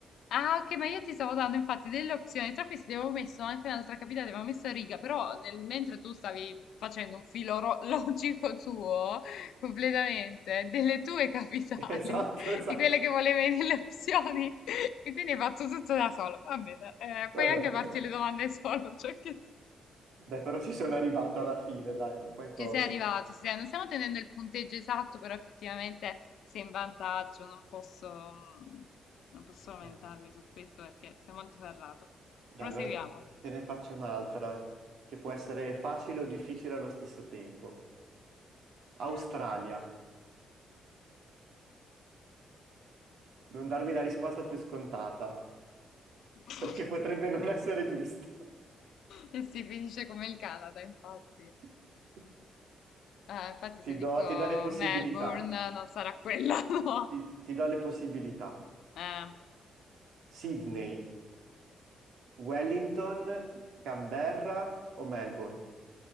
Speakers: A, on the left (about 80°); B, on the right (about 75°).
A: Ah, ok, ma io ti stavo dando infatti delle opzioni. Tra queste avevo messo anche un'altra capitale, avevo messo a riga, però nel- mentre tu stavi facendo un filo ro- <laughs> logico tuo, completamente, delle tue capitali,
B: <laughs> Esatto,
A: <laughs>
B: esatto.
A: di quelle che volevi nelle opzioni, <laughs> e quindi hai fatto tutto da solo. Va bene, eh,
B: Vabbè,
A: puoi anche
B: però...
A: farti le domande solo, <laughs> cioè che...
B: Dai, però ci sono arrivato alla fine, dai, già qualcosa.
A: Ci sei arrivato, ci sei. Non stiamo tenendo il punteggio esatto, però effettivamente sei in vantaggio, non posso, mh, non posso lamentarmi
B: Eh,
A: su questo perché sei molto ferrato.
B: Dai,
A: Proseguiamo.
B: allora te ne faccio un'altra, che può essere facile o difficile allo stesso tempo. Australia.
A: Eh, voglio dire.
B: Non darmi la risposta più scontata,
A: <laughs>
B: perché potrebbe non essere giusta.
A: E si finisce come il Canada, infatti.
B: <laughs>
A: Eh, infatti
B: Ti
A: se dico
B: do, ti do le possibilità.
A: Melbourne non sarà quella, <laughs> no?
B: ti, ti do le possibilità.
A: Eh.
B: Sydney, Wellington, Canberra o Melbourne?